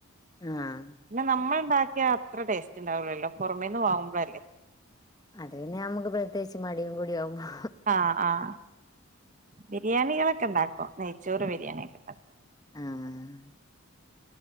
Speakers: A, on the left (about 15°); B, on the right (about 35°).
A: ആഹ്
B: നമ്മൾ ഉണ്ടാക്കിയ അത്ര ടേസ്റ്റ് ഉണ്ടാവില്ലല്ലോ പുറമേന്ന് വാങ്ങുമ്പളല്ലേ?
A: അത് പിന്നെ നമ്മുക്ക് പ്രത്യേകിച്ച് മടിയും കൂടി ആകുമ്പോ
B: ആഹ് ആഹ് ബിരിയാണികളൊക്കെ ഉണ്ടാക്കും നെയ്ച്ചോറ് ബിരിയാണി ഒക്കെ ഉണ്ടാക്കും.
A: ആഹ്